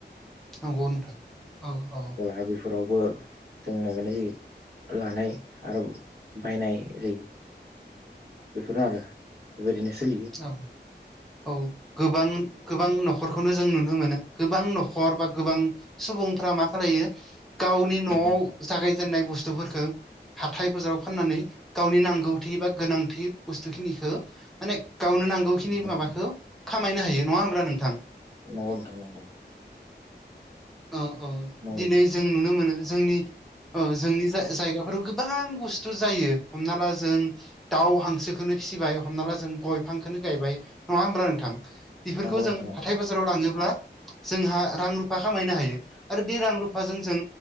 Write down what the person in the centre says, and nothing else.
नंगौ नोंथां औ औ
औ औ गोबां गोबां न'खरखौनो जों नुनो मोनो गोबां न'खर बा गोबां सुबुंफ्रा मा खालायो गावनि
न'आव जागायजेननाय बुस्थुफोरफोरखौ हाथाय बाजाराव फाननानै गावनि नांगौथि बा गोनांथि बुस्थु खिनिखौ माने गावनो नांगौखिनि
माबाखौ
खामायनो हायो नङा होमब्ला नोंथां?
औ औ
दिनै जों नुनो मोनो जोंनि औ जोंनि जाय जायगाफोराव गोबां बुस्थु जायो हमना ला जों दाउ हांसोखौनो फिसिबाय हमना ला जों गय बिफांखौनो गायबाय नङा होमबा नोंथां? बेफोरखौ
जों
हाथाय बाजाराव लाङोब्ला जोंहा रां रुफा खामायनो हायो आरो बे रां रुफाजों जों